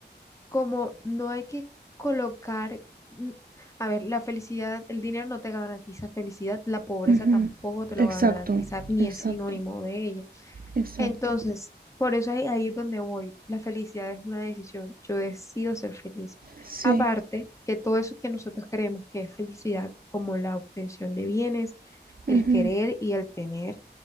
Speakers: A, on the left; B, on the right.
A: como no hay que colocar, n- a ver, la felicidad, el dinero no te garantiza felicidad, la pobreza
B: ujú,
A: tampoco te lo
B: exacto,
A: va a garantizar, ni
B: exacto.
A: es sinónimo de ella.
B: Exacto.
A: Entonces, por eso ahí, ahí es donde voy. La felicidad es una decisión. Yo decido ser feliz.
B: Sí.
A: Aparte, que todo eso que nosotros creemos que es felicidad, como la obtención de bienes,
B: Ujú,
A: el querer y el tener,